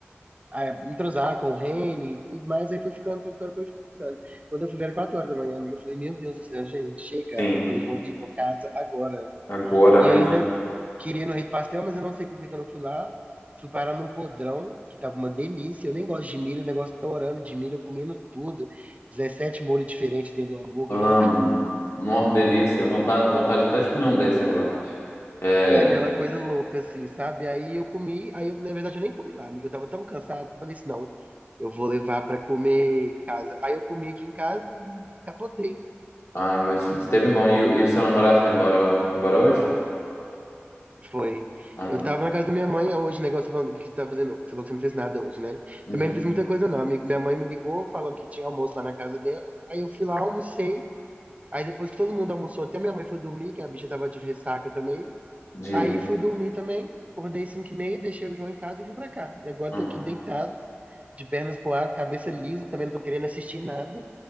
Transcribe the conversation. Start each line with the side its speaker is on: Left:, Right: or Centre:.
Right: a entrosar com o Reni e tudo mais, aí foi ficando, foi ficando, foi ficando. Quando eu fui ver era 4 horas da manhã, amiga, eu falei, meu Deus do céu, gente, chega.
Left: Sim,
Right: Eu falei, João Vitor, casa agora.
Left: agora,
Right: E
Left: né?
Right: ainda queria ir no Rei do Pastel, mas eu não sei por que que eu não fui lá. Fui parar num podrão, que tava uma delícia. Eu nem gosto de milho, o negócio torando de milho, eu comendo tudo. 17 molhos diferentes dentro do hambúrguer,
Left: Amo.
Right: aquela,
Left: Nossa, que delícia. Vontade, vontade até de comer um desse agora. É,
Right: Aquela coisa louca, assim, sabe? Aí eu comi, aí eu, na verdade, eu nem comi lá, amigo. Eu tava tão cansado que eu falei assim, não, eu vou levar pra comer em casa. Aí eu comi aqui em casa e capotei.
Left: ai, mas esteve bom. E, o e o seu namorado foi embora, foi embora hoje?
Right: Foi.
Left: Ah,
Right: Eu
Left: tá.
Right: tava na casa da minha mãe hoje, negócio falando que você tá fazendo, você falou que você não fez nada hoje, né?
Left: Uhum.
Right: Também não fiz muita coisa não, amigo. Minha mãe me ligou falando que tinha almoço lá na casa dela. Aí eu fui lá, almocei. Aí depois que todo mundo almoçou, até minha mãe foi dormir, que a bicha tava de ressaca também.
Left: Diva.
Right: Aí fui dormir também, acordei 5 e meia, deixei o João em casa e vim pra cá. E agora
Left: Hum.
Right: tô aqui deitado, de pernas pro ar, cabeça lisa, também não tô querendo assistir nada,